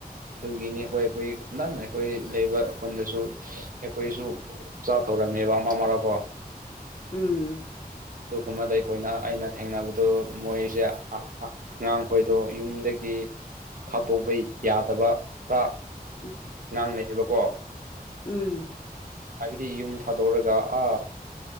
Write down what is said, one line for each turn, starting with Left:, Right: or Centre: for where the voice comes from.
Right: ꯑꯗꯨꯒꯤꯅꯤ ꯍꯣꯏ ꯑꯩꯈꯣꯏ ꯅꯅ ꯑꯩꯈꯣꯏ ꯂꯩꯕ ꯈꯨꯟꯗꯁꯨ ꯑꯩꯈꯣꯏꯁꯨ ꯆꯥ ꯇꯧꯔꯝꯃꯦꯕ ꯑꯃ ꯃꯔꯥꯀꯣ
Left: ꯎꯝ
Right: ꯑꯗꯨꯒꯨꯝꯕꯗ ꯑꯩꯈꯣꯏꯅ ꯑꯩꯅ ꯊꯦꯡꯅꯕꯗꯨ ꯃꯣꯏꯁꯦ ꯑꯉꯥꯡꯈꯣꯏꯗꯣ ꯌꯨꯝꯗꯒꯤ ꯊꯥꯗꯣꯛꯄ ꯌꯥꯗꯕ ꯈꯔ
Left: ꯎꯝ
Right: ꯉꯥꯡꯅꯩꯌꯦꯕꯀꯣ
Left: ꯎꯝ
Right: ꯍꯥꯏꯕꯗꯤ ꯌꯨꯝ ꯊꯥꯗꯣꯛꯣꯔꯒ ꯑ